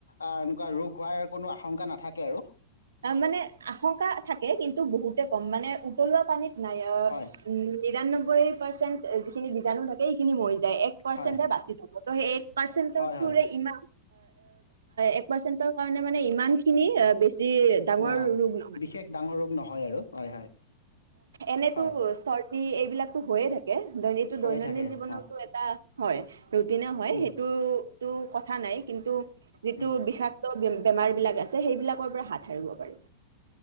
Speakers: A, on the left; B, on the right.
A: এনেকুৱা ৰোগ হোৱাৰ কোনো আশংকা নাথাকে আৰু।
B: অ মানে আশংকা থাকে, কিন্তু বহুতে কম মানে উতলোৱা পানীত। নাই
A: হয়
B: উ নিৰান্নব্বৈ পাৰ্চেণ্ট যিখিনি বীজাণু থাকে সিখিনি মৰি যায়। য় এক পাৰ্ছেন্ত
A: হয়
B: বাছি যায়। ত এক পৰ্ছেন্ত
A: হয় হয়
B: ইমান এক পাৰ্চেণ্ট কাৰণে মানে ইমান খিনি বেছি ডাঙৰ
A: হ
B: ৰোগ নহয়
A: বিশেষ ডাঙৰ ৰোগ নহয় আৰু। হয় হয়
B: এনেতো
A: হয়
B: চ এইবিলাকতো হৈয়ে থাকে। এইটো
A: হৈ
B: দৈনন্দিন
A: থাকে
B: জীৱনতো
A: হয়
B: এটা। হয় ৰুটিনে হয়
A: উম
B: সেইটো তটো কথা নাই কিন্তু যিটো
A: উম
B: বিষাক বেমাৰ বিলাক আছে সেইবিলাকৰ পৰা হাত সাৰিব পাৰি